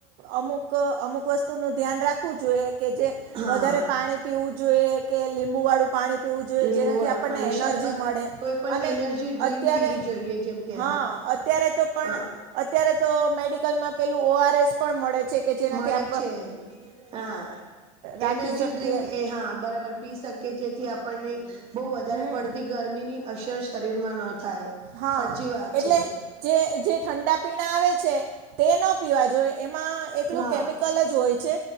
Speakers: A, on the right; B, on the right.
A: અમુક અમુક વસ્તુનું ધ્યાન રાખવું જોઈએ કે જે
B: હા
A: વધારે પાણી પીવું જોઈએ કે લીંબુ વાળું પાણી પીવું જોઈએ
B: લીંબુ
A: જેનાથી
B: વાળું
A: આપણને
B: પાણી
A: એનર્જી
B: શરબત
A: મળે
B: કોઈ પણ
A: અને
B: એનર્જી ડ્રિંક
A: અત્યારે...
B: પીવી જોઈએ જેમ કે
A: હા અત અત્યારે તો પણ
B: હા
A: અત્યારે તો મેડિકલમાં પેલું ઓ આર એસ પણ મળે છે કે જેનાથી
B: મળે
A: આ
B: છે હા...
A: રાખી
B: એનર્જી
A: શકીએ
B: ડ્રીંક એ હા બરાબર પી શકીએ જેથી આપણને બોવ વધારે
A: હમ
B: પડતી ગરમીની અસર શરીરમાં ન થાય.
A: હા
B: સાચી વાત
A: એટલે
B: છે
A: જે જે ઠંડા પીણા આવે છે તે ન પીવા જોઈએ એમાં એકલું
B: ના...
A: કેમિકલ જ હોય છે